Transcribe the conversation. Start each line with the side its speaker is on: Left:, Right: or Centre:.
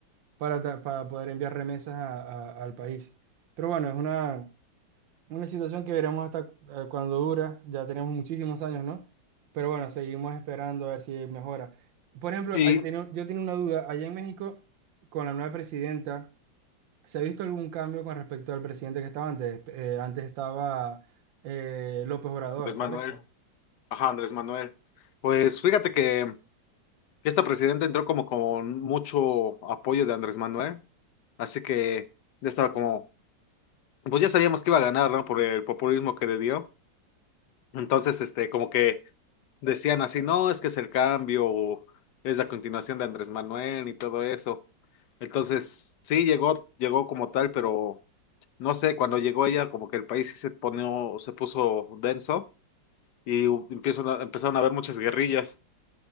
Right: para, ta- para poder enviar remesas a- a- al país. Pero bueno, es una, una situación que veremos hasta eh, cuando dura, ya tenemos muchísimos años, ¿no? Pero bueno, seguimos esperando a ver si mejora. Por ejemplo,
Left: y
Right: ahí tenía- yo tenía una duda, allá en México, con la nueva presidenta, ¿se ha visto algún cambio con respecto al presidente que estaba antes? Eh, antes estaba eh, López Obrador,
Left: Andrés
Right: ¿correcto?
Left: Manuel. Ajá, Andrés Manuel. Pues fíjate que esta presidenta entró como con mucho apoyo de Andrés Manuel. Así que ya estaba como pues ya sabíamos que iba a ganar, ¿no? Por el populismo que le dio. Entonces, este, como que decían así, no, es que es el cambio, o es la continuación de Andrés Manuel y todo eso. Entonces, sí, llegó, llegó como tal, pero no sé, cuando llegó ella, como que el país sí se ponió, se puso denso y hu- empiezan a- empezaron a haber muchas guerrillas